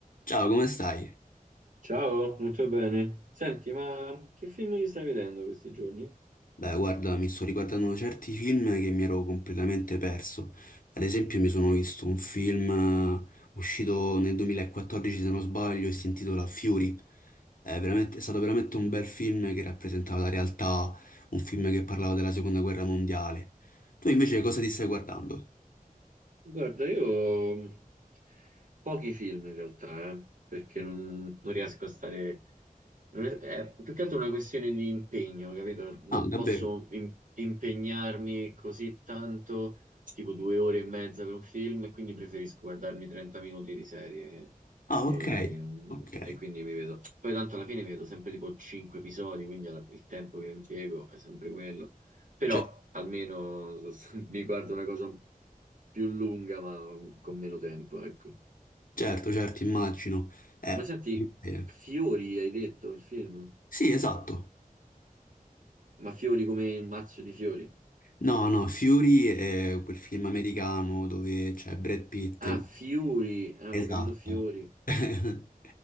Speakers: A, on the left; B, on the right.
A: Ciao, come stai?
B: Ciao, molto bene. Senti, ma che film ti stai vedendo questi giorni?
A: Beh, guarda, mi sto riguardando certi film che mi ero completamente perso. Ad esempio, mi sono visto un film eh, uscito nel 2014, se non sbaglio, e si intitola Fury. È veramente- è stato veramente un bel film che rappresentava la realtà, un film che parlava della Seconda Guerra Mondiale. Tu invece cosa ti stai guardando?
B: Guarda, io mh, pochi film in realtà, eh, perché non, non riesco a stare... non è, è più che altro una questione di impegno, capito? Non
A: Ah, davvero?
B: posso im- impegnarmi così tanto, tipo due ore e mezza per un film, e quindi preferisco guardarmi 30 minuti di serie.
A: Ah,
B: E,
A: ok,
B: mh,
A: ok.
B: e quindi mi vedo... Poi tanto alla fine mi vedo sempre tipo 5 episodi, quindi alla- il tempo che impiego è sempre quello. Però
A: Cer-
B: almeno <laughs> mi guardo una cosa più lunga, ma con meno tempo, ecco.
A: certo, certo, immagino. Eh,
B: Ma senti,
A: eh,
B: Fiori hai detto il film?
A: sì, esatto.
B: Ma Fiori come il mazzo di fiori?
A: No, no, Fury è quel film americano dove c'è Brad Pitt.
B: Ah, Fiori, ah,
A: Esatto,
B: ho capito Fiori,
A: <laughs>